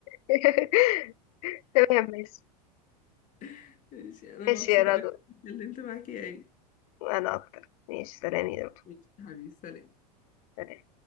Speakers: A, on the left; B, on the left.
A: <laughs> تمام ماشي
B: <laughs> ماشي أنا
A: ماشي
B: مبسوطة
A: يا رضوى
B: أوي إني اتكلمت معاكي أوي
A: انا اكتر ماشي سلام يا رب
B: ماشي حبيبي سلام
A: ال-